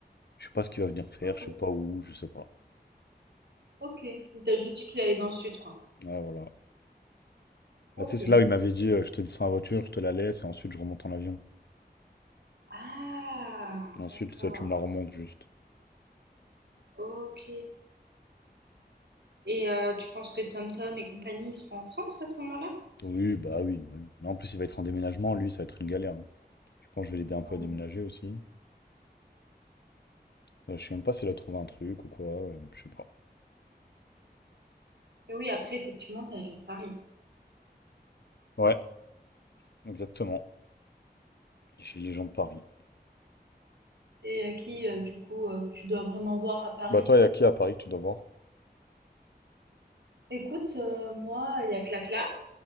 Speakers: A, on the left; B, on the right.
A: Je sais pas ce qu'il va venir faire,
B: OK,
A: je sais pas où, je sais pas.
B: OK. Il t'a juste dit qu'il allait dans le sud, quoi.
A: Ouais, voilà.
B: OK.
A: Bah, tu sais, c'est là où il m'avait dit euh, je te descends la voiture, je te la laisse et ensuite je remonte en avion.
B: Ah,
A: Et ensuite,
B: d'accord.
A: toi, tu me la remontes juste.
B: OK. Et heu, tu penses que TomTom et compagnie, ils seront en France à ce moment-là?
A: Oui, bah oui, bah oui. Là, en plus, il va être en déménagement, lui, ça va être une galère. hein. Je pense que je vais l'aider un peu
B: Ah
A: à
B: oui.
A: déménager aussi. Euh, je sais même pas s'il a trouvé un truc ou quoi, euh, je sais pas.
B: Et oui, après effectivement, tu as les gens de Paris
A: Ouais, exactement. Chez les gens de Paris.
B: et heu, qui, heu, du coup, heu, que tu dois vraiment voir à Paris.
A: Bah toi, il y a qui à Paris que tu dois voir?
B: Écoute, heu, moi, il y a Clacla,